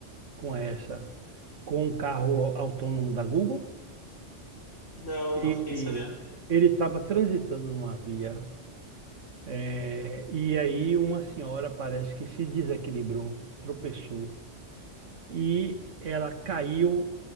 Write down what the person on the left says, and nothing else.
Não,
não fiquei sabendo.